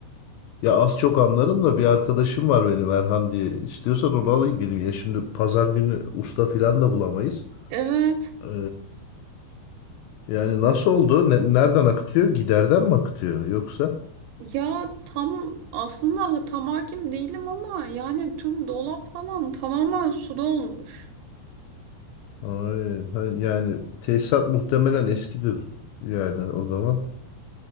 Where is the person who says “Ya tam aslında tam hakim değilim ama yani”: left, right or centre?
Right